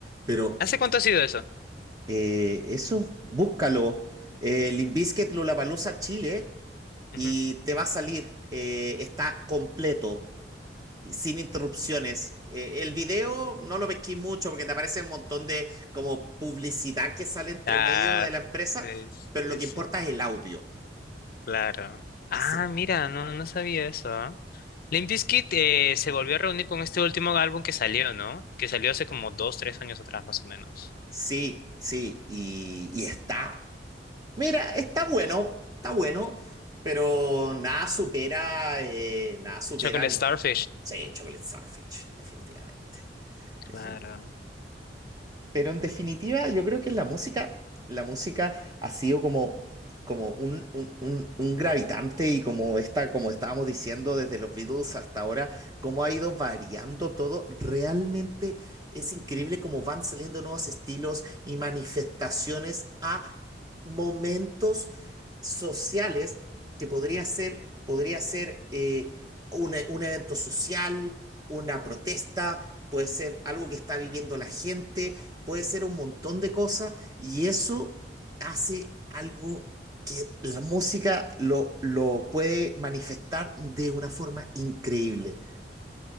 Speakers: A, on the right; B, on the left.
A: Pero
B: ¿Hace cuánto ha sido eso?
A: eh, eso, búscalo. Eh, Limp Bizkit Lollapalooza Chile y
B: Ujú.
A: te va a salir. eh, está completo, y sin interrupciones. Eh, el video no lo pesqué mucho porque te aparece un montón de como publicidad que sale entre
B: Ah,
A: medio de la empresa,
B: sí, sí,
A: pero lo que
B: sí,
A: importa es el audio.
B: claro. Ah,
A: Y se,
B: mira, no, no sabía eso. ¿ah? Limp Bizkit eh, se volvió a reunir con este último álbum que salió, ¿no? Que salió hace como dos, tres años atrás, más o menos.
A: sí, sí, y, y está Mira, está bueno, está bueno, pero nada supera, eh, nada supera,
B: Chocolate
A: el-
B: Starfish.
A: sí, Chocolate Starfish, definitivamente. Definitivamente.
B: Claro.
A: Pero en definitiva, yo creo que la música, la música ha sido como, como un, un- un- un gravitante y como esta, como estábamos diciendo desde los Beatles hasta ahora, cómo ha ido variando todo. Realmente es increíble cómo van saliendo nuevos estilos y manifestaciones a momentos sociales que podría ser, podría ser eh, un, e- un evento social, una protesta, puede ser algo que está viviendo la gente puede ser un montón de cosas y eso hace algo que la música lo, lo puede manifestar de una forma increíble.